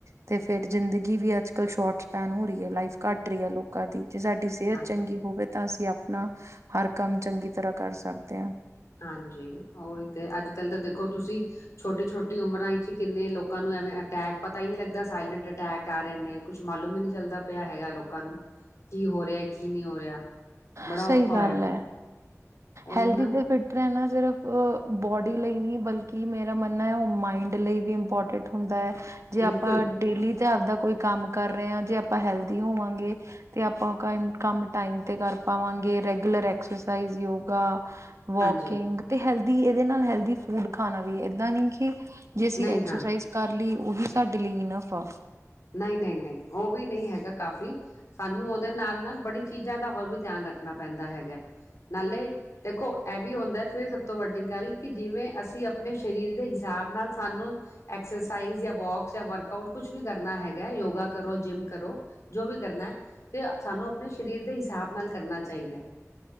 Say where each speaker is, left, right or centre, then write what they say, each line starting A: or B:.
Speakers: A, on the right; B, on the left.
A: ਤੇ ਫ਼ੇਰ ਜ਼ਿੰਦਗੀ ਵੀ ਅੱਜ ਕੱਲ੍ਹ ਸ਼ੋਰਟ ਸਪੈਨ ਹੋ ਰਹੀ ਹੈ। ਲਾਈਫ ਘੱਟ ਫ਼ੇਰ ਆ ਲੋਕਾਂ ਦੀ ਜੇ ਸਾਡੀ ਸਿਹਤ
B: ਹਾਂਜੀ।
A: ਚੰਗੀ ਹੋਵੇ, ਤਾਂ ਅਸੀਂ ਆਪ ਨਾ ਹਰ ਕੰਮ ਚੰਗੀ ਤਰ੍ਹਾਂ ਕਰ ਸਕਦੇ ਹਾਂ।
B: ਹਾਂਜੀ ਉਹੀ ਤੇ ਅੱਜ ਕੱਲ ਤਾਂ ਦੇਖੋ ਤੁਸੀਂ ਛੋਟੀ ਛੋਟੀ ਉਮਰਾਂ ਵਿਚੀਂ ਈ। ਕਿੰਨੇ ਲੋਕ। ਲੋਕਾਂ ਨੂੰ ਐਵੇਂ ਅਟੈਕ ਪਤਾ ਹੀ ਨੀ ਲੱਗਦਾ ਦਾ ਸਾਇਲੈਂਟ ਅਟੈਕ ਆ ਰਹੇ ਨੇ ਕੁੱਛ ਮਾਲੂਮ ਹੀ ਨਹੀਂ ਚੱਲਦਾ ਪਿਆ ਹੈਗਾ ਲੋਕਾਂ ਨੂੰ ਕੀ ਹੋ ਰਿਹਾ ਕੀ ਨਹੀਂ ਹੋ ਰਿਹਾ ਬੜਾ
A: ਸਹੀ
B: ਔਖਾ
A: ਗੱਲ
B: ਹੋਇਆ ਪਿਆ
A: ਹੈ
B: ਉਹੀ
A: ਹੈਲਦੀ
B: ਨਾ
A: ਤੇ ਫਿਟ ਰਹਿਣਾ ਸਿਰਫ਼ ਬੋਡੀ ਲਈ ਨਹੀਂ ਬਲਕਿ ਮੇਰਾ ਮੰਨਣਾ ਹੈ ਉਹ ਮਾਇੰਡ ਲਈ ਵੀ ਇੰਪੋਰਟੈਂਟ ਹੁੰਦਾ ਹੈ ਜੇ
B: ਬਿਲਕੁਲ
A: ਆਪਾਂ ਡੇਲੀ ਤੇ ਆਪਦਾ ਕੋਈ ਕੰਮ ਕਰ ਰਹੇ ਹਾਂ ਜੇ ਆਪਾਂ ਹੈਲਦੀ ਹੋਵਾਂਗੇ ਤੇ ਆਪਾਂ ਕੰਮ ਟਾਈਮ ਤੇ ਕਰ ਪਾਵਾਂਗੇ ਰੈਗੂਲਰ ਐਕਸਰਸਾਈਜ਼ ਯੋਗਾ ਵੋਕਿੰਗ
B: ਹਾਂਜੀ
A: ਤੇ ਹੈਲਥ ਦੀ ਇਹਦੇ ਨਾਲ ਹੈਲਦੀ ਫੂਡ ਖਾਣਾ ਵੀ ਏਦਾਂ ਨਹੀ ਕਿ ਜੇ ਅਸੀਂ
B: ਨਹੀਂ
A: ਐਕਸਰਸਾਈਜ਼
B: ਹਾਂ
A: ਕਰ ਲਈ ਉਹੀ ਸਾਡੇ ਲਈ ਇਨਫ ਆ
B: ਨਹੀਂ ਨਹੀਂ ਨਹੀਂ ਉਹ ਵੀ ਨਹੀਂ ਹੈਗਾ ਕਾਫ਼ੀ ਸਾਨੂੰ ਦੇ ਨਾਲ ਨਾਲ ਬੜੀ ਚੀਜ਼ਾਂ ਦਾ ਹੋਰ ਵੀ ਧਿਆਨ ਰੱਖਣਾ ਪੈਂਦਾ ਹੈਗਾ ਨਾਲੇ ਦੇਖੋ ਇਹ ਵੀ ਹੁੰਦਾ ਫਿਰ ਸ ਤੋਂ ਵੱਡੀ ਗੱਲ ਕਿ ਜਿਵੇਂ ਅਸੀਂ ਆਪਣੇ ਸਰੀਰ ਦੇ ਹਿਸਾਬ ਨਾਲ ਸਾਨੂੰ ਐਕਸਰਸਾਈਜ਼ ਜਾਂ ਵੋਕਸ ਜਾਂ ਵਰਕ ਆਊਟ ਕੁਛ ਵੀ ਕਰਨਾ ਹੈਗਾ ਯੋਗਾ ਕਰੋ ਜਿੰਮ ਕਰੋ ਜੋ ਵੀ ਕਰਨਾ ਹੈ ਤੇ ਸਾਨੂੰ ਆਪਣੇ ਸਰੀਰ ਦੇ ਹਿਸਾਬ ਨਾਲ ਕਰਨਾ ਚਾਹੀਦਾ ਹੈ